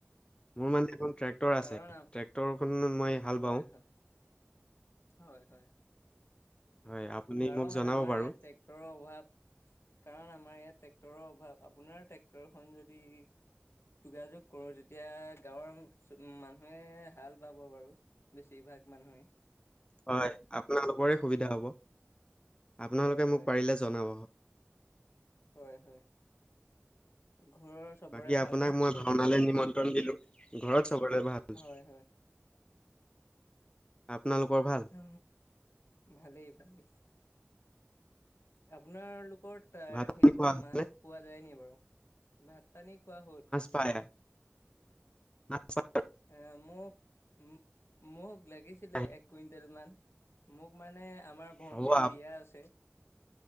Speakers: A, on the left; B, on the left.
A: মোৰ মানে এখন ট্ৰেক্টৰ আছে
B: কাৰণ
A: ট্ৰেক্টৰ খত মই হাল
B: হয়
A: বাওঁ
B: হয় হয় হয়
A: হয়, আপুনি
B: কাৰণ
A: মোক জনাব
B: আমাৰ
A: বাৰু।
B: ইয়াত ট্ৰেক্টৰৰ অভাৱ কাৰণ আমাৰ ইয়াত ট্ৰেক্টৰৰ অভাৱ আপোনাৰ ট্ৰেক্টৰ খন যদি যোগাযোগ কৰোঁ তেতিয়া গাঁৱৰ মানুহে হাল বাব বাৰু বেছিভাগ মানুহে
A: হয় আপোনালোকৰে সুবিধা হ'ব আপোনালোকে
B: হয় হয়
A: মোক পাৰিলে জনাব
B: হয় হয় ঘৰৰ চবৰে
A: বাকী আপোনাক
B: ভালনে?
A: মই ভাওনালে নিমন্ত্ৰণ
B: উম,
A: দিলো ঘৰত চাবৰে ভাল
B: হয় হয়
A: আপোনালোকৰ ভা
B: অ ভালেই ভালেই আপোনালোকৰ তাৰ
A: ভাত পানী
B: সেইফালে
A: খোৱা হ'লনে?
B: মাছ পোৱা যায় নি বাৰু ভাত পানী খোৱা হ'ল
A: পায় মাত চাত
B: এ মোক মো মোক লাগিছিলে
A: পাই।
B: এক কুইণ্টেল মান মোক মানে আমাৰ ভন্টীৰ
A: হ'ব আপ
B: বিয়া আছে